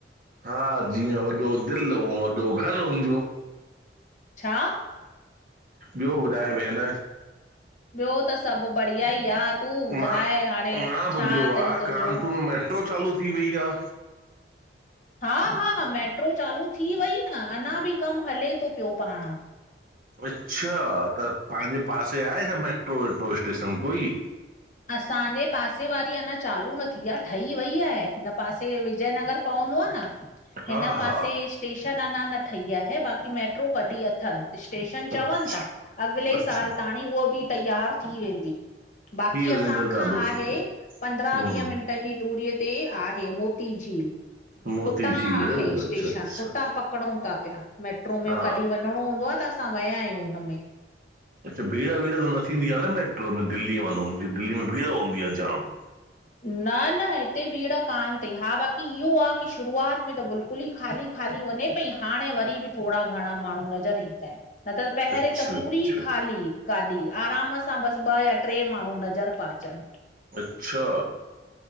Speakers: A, on the right (about 50°); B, on the left (about 45°).
A: हा जीअं वॾो दिलि ऊंअ वॾो घरु हुनजो।
B: छा?
A: ॿियो ॿुधाए भेण?
B: ॿियो त सभु बढ़िया ई आ। तूं ॿुधाए
A: मां,
B: हाणे
A: मां
B: छा
A: ॿुधियो
B: अथई
A: आहे
B: तुंहिंजो
A: कानपुर में मेट्रो चालू थी वेई आ।
B: हा, हा, मेट्रो चालू थी वई न अन्नां बि कमु हले थो पियो पाण।
A: अच्छा त तव्हांजे पासे आहे छा मेट्रो वेट्रो स्टेशन कोई?
B: असांजे पासे वारी अञां चालू न थी आहे, ठही वई आहे हिन पासे विजय नगर पवंदो आहे। न
A: हा
B: हिन पासे
A: हा
B: सटेशन अन्नां न ठही आहे। बाक़ी मेट्रो कॾी अथनि स्टेशन
A: अच्छा
B: चवनि था अॻिले
A: अच्छा
B: साल ताणीं उहो बि तैयार थी वेंदी। बाक़ी
A: थी
B: की
A: वञे
B: असां
A: त
B: खां
A: ॾाढो
B: आहे
A: सुठो
B: पंद्रह-
A: हम्म
B: वीह मिनट जी दूरीअ ते आहे। मोती मोती झील
A: मोती
B: हुतां
A: झील
B: आहे
A: अच्छा
B: स्टेशन
A: अच्छा
B: हुतां पकड़ूं था पिया। मेट्रो में
A: हा
B: कॾहिं वञिणो हूंदो आहे त असां विया आहियूं हुनमें।
A: अच्छा, भीड़ वीड़ त न थींदी आहे न मैट्रो में दिल्ली वांगूर जीअं दिल्ली में भीड़ हूंदी आहे जाम।
B: न न हिते भीड़ कान अथई। हा, बाक़ी इहो आहे की शुरूआत में त बिल्कुलु पूरी ख़ाली ख़ाली वञे पई। हाणे वरी बि थोड़ा घणा माण्हू नज़र ईंदा आहिनि। न त पहरे
A: अच्छा
B: त पूरी
A: अच्छा
B: खाली गाॾी। आराम सां हिता बसि ॿ या टे माण्हू नज़र ता अचनि।
A: अच्छा।